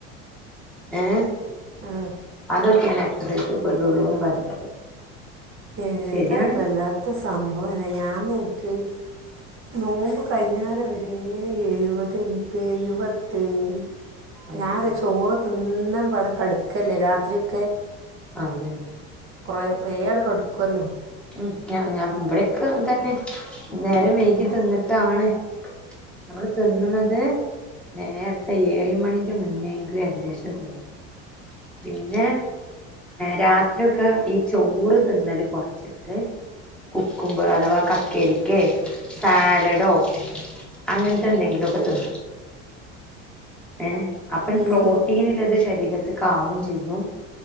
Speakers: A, in the centre; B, on the right (about 40°).
A: യെ
B: ആഹ്
A: അതൊക്കെനെ രക്ഷപ്പെടള്ളൂന്ന് പറഞ്ഞിട്ട്
B: ഏത്
A: ശരിയാണ്
B: ആയാലും വല്ലാത്ത സംഭവനെയന്ന ഞാൻ നോ <unintelligible> നോമ്പ് കഴിഞ്ഞര വെരേ ഏഴുപതേ <unintelligible> ഏഴുപത്തേഴ്
A: ഉം
B: ഞാന്
A: ഉം
B: ചോറ് തീന്നും <unintelligible> കടക്കയല്ലേ രാത്രിയൊക്കെ
A: ആ അതന്നെ
B: കൊറെ നേരം കടക്കുല്ലോ
A: ഉം ഞ ഞ ഇവിടെയൊക്കെ ഇതെന്നെ നേരം വൈകി തിന്നിട്ടാണ് നമ്മള് തിന്നുന്നത് നേരത്തെ ഏഴുമണിക്ക് മുന്നേ എങ്കിലും ഏകദേശം തിന്നണം പിന്നെ രാ ആദ്യമൊക്കെ ഈ ചോറ് തിന്നല് കൊറച്ചിട്ട് കുക്കുംബർ അഥവാ കക്കിരിയ്ക്കെ സാലഡോ അങ്ങനത്തെ എന്തെങ്കിലുമൊക്കെ തിന്നണം ഏ അപ്പഴും
B: ഉം
A: പ്രോട്ടീനിലത് ശ ശരീരത്തേക്ക് ആവുകയും ചെയ്യും